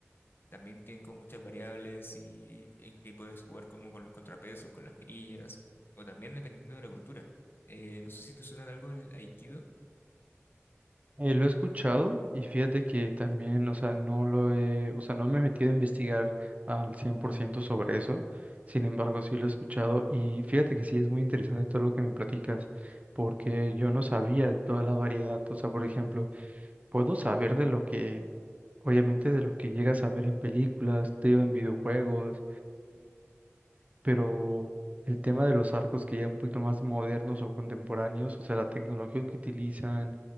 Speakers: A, on the left; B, on the right.
A: también tienen como muchas variables y en que puedes jugar como con los contrapesos, con las mirillas, o también dependiendo de la cultura. Eh, no sé si te suena de algo el aikido,
B: Eh, lo he escuchado y fíjate que también, o sea, no lo he, o sea, no me he metido a investigar al 100% sobre eso. Sin embargo, sí lo he escuchado y fíjate que sí es muy interesante todo lo que me platicas, porque yo no sabía de toda la variedad. O sea, por ejemplo, puedo saber de lo que, obviamente, de lo que llegas a ver en películas, te digo, en videojuegos pero el tema de los arcos que ya un poquito más modernos o contemporáneos, o sea, la tecnología que utilizan,